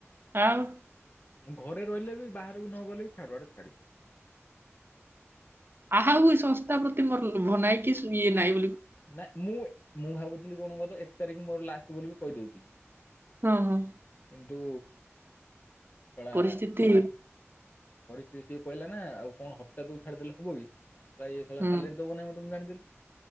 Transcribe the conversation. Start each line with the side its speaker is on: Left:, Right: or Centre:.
Right: ଆଉ
Left: ମୁଁ ଘରେ ରହିଲେ ବି ବାହାରକୁ ନ ଗଲେ ବି ଛାଡ଼ୁ ଆଡ଼େ ଛାଡ଼ିବି।
Right: ଆଉ ଏଇ ସଂସ୍ଥା ପ୍ରତି ମୋର ଲୋଭ ନାହିଁ କି ଇଏ ନାଇଁ
Left: ନାଇଁ ମୁଁ ମୁଁ ଭାବୁଥିଲି କଣ ତ ଏକ ତାରିଖ ମୋର ଲାଷ୍ଟ ବୋଲି କହିଦଉଥିଲି।
Right: ହଁ ହଁ।
Left: କିନ୍ତୁ। ଶଳା
Right: ପରିସ୍ଥିତି
Left: ପରିସ୍ଥିତି ସିଏ କହିଲା ନା ଆଉ କଣ ହଠାତ୍ କୁ ଛାଡିଦେଲେ ହବ କି ମୁଁ କହିଲି ଆ ଇଏ ସଳା
Right: ହୁଁ
Left: ସାଲେରି ଦବ ନାହିଁ ମତେ ମୁଁ ଯାଣିଦେଲି